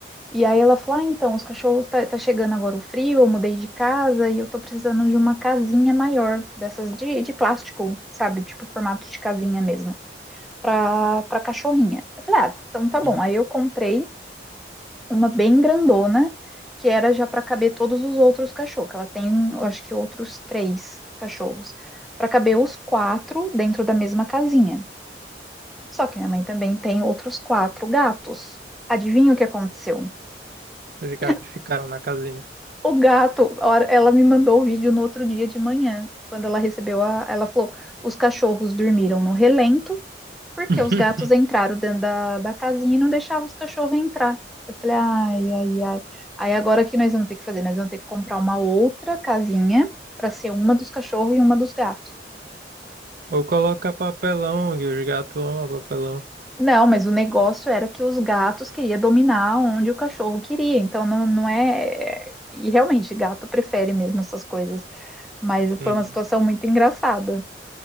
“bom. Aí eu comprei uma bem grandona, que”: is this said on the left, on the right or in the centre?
Centre